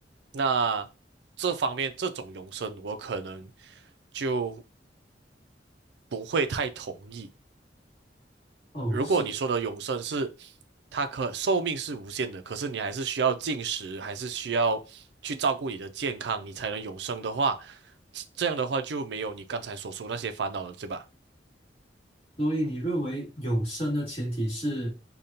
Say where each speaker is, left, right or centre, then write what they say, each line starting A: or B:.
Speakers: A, on the right (about 70°); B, on the left (about 35°).
A: 那这方面这种永生我可能。就不会太同意。
B: 哦，
A: 如果你说的永生是
B: 所
A: 它可寿命是无限的，可是你还是需要进食，还是需要去照顾你的健康，你才能永生的话，这样的话就没有你刚才所说那些烦恼了，对吧？
B: 所以你认为永生的前提是